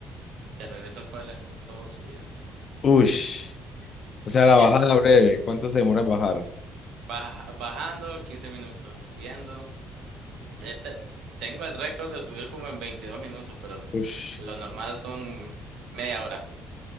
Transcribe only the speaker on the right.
De regreso al pueblo es todo subida.
Sí,
entonces
Baja- bajando 15 minutos, subiendo. Eh, te- tengo el récord de subir como en 22 minutos, pero
lo normal son media hora.